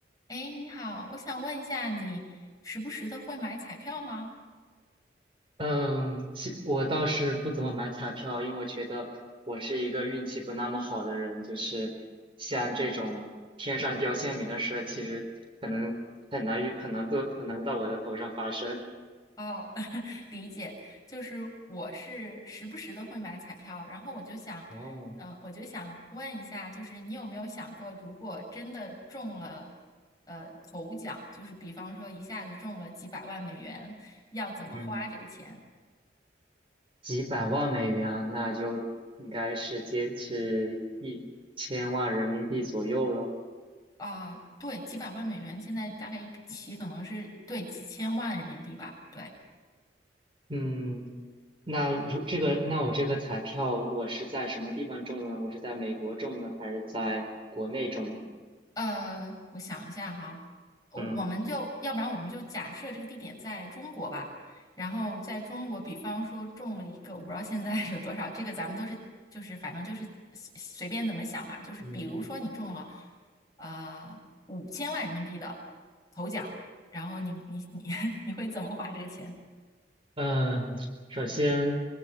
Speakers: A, on the left; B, on the right.
A: 哎，你好，我想问一下，你时不时的会买彩票吗？
B: 嗯，其我倒是不怎么买彩票，因为我觉得我是一个运气不那么好的人，就是像这种天上掉馅饼的事，其实可能很难遇，很难多，很难到我的头上发生。
A: 哦，<laughs> 理解，就是我是时不时的会买彩票，然后我就想，
B: 哦，
A: 呃，我就想问一下，就是你有没有想过，如果真的中了，呃，头奖，就是比方说一下子中了几百万美元，要怎么花这个钱？
B: 嗯，几百万美元啊，那就应该是接是一千万人民币左右咯。
A: 啊，对，几百万美元，现在大概一笔棋可能是对几千万人民币吧，对。
B: 嗯，那如这个，那我这个彩票我是在什么地方中的呢？我是在美国中的，还是在国内中的？
A: 呃，我想一下哈，我我们就要不然我们就假设这个地点在中国吧，
B: 嗯。
A: 然后在中国，比方说中了一个，我不知道现在 <laughs> 有多少，这个咱们都是就是反正就是随随便怎么想吧，就是比如说你中了
B: 嗯
A: 呃五千万人民币的头奖，然后你你你 <laughs> 你会怎么花这个钱？
B: 嗯，首先